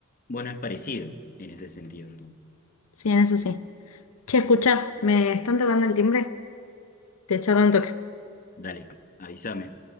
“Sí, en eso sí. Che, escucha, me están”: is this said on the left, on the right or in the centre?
Left